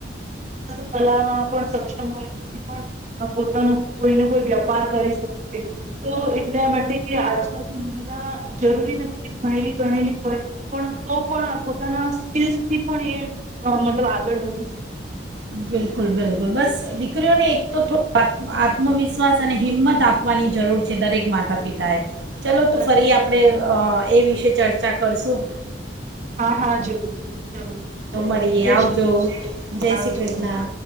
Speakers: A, on the right (about 40°); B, on the right (about 75°).
A: કલામાં પણ સક્ષમ હોય, પણ પોતાનો કોઈને કોઈ વેપાર કરી શકે, તો એટલા માટે આજકાલથી મહિલા જરૂરી નથી કે ભણેલી ભણેલી હોય પણ, તો પણ પોતાના સ્કીસથી પણ એ હ, મતલબ આગળ વધી શકે.
B: બિલકુલ બિલકુલ, બસ દીકરીઓને એક તો થોડ આત્મવિશ્વાસ અને હિંમત આપવાની જરૂર છે દરેક માતા પિતાએ. ચલો તો
A: સાચું
B: ફરી
A: કવ
B: આપણે
A: છું.
B: એ વિશે કે ચર્ચા કરશું.
A: હાહા જરૂર. ચલો
B: મળીએ
A: જય
B: આવજો,
A: શ્રી કૃષ્ણ
B: જય
A: આવજો.
B: શ્રી કૃષ્ના.